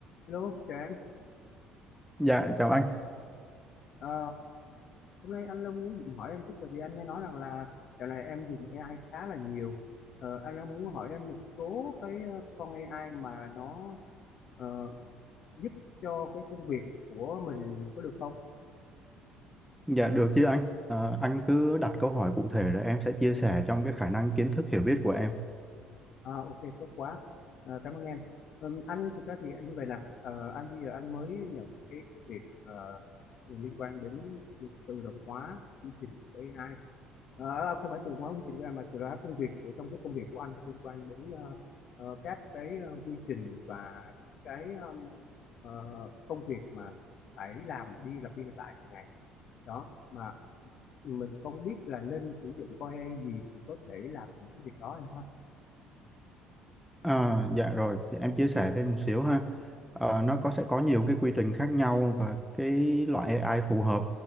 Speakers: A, on the left (about 60°); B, in the centre.
A: Hello, chào em.
B: Dạ chào anh,
A: Ờ, hôm nay anh Long muốn định hỏi em chút tại vì anh nghe nói rằng là dạo này em dùng AI khá là nhiều. Ờ, anh Long muốn hỏi em một số cái ờ, con AI mà nó ờ, giúp cho cái công việc của mình có được không?
B: dạ được chứ anh. Ờ, anh cứ đặt câu hỏi cụ thể rồi em sẽ chia sẻ trong cái khả năng kiến thức hiểu biết của em.
A: À, ok, tốt quá. Ờ, cảm ơn em. Ừm, anh thực ra thì như vậy nè, Ờ, anh bây giờ anh mới nhận cái công việc ờ, liên quan đến việc tự động hóa quy trình của AI Ờ, đó không phải từ hóa quy trình của em mà từ đó công việc của trong cái công việc của anh liên quan đến ờ, ờ, các cái ờ, quy trình và cái um, ờ, công việc mà phải làm đi lặp đi lặp lại hàng ngày đó mà mình không biết là nên sử dụng con AI gì thì có thể làm những cái việc đó anh ha
B: À, dạ rồi thì em chia sẻ thêm một xíu ha. Ờ, nó có sẽ có nhiều cái quy trình khác nhau và cái loại AI phù hợp.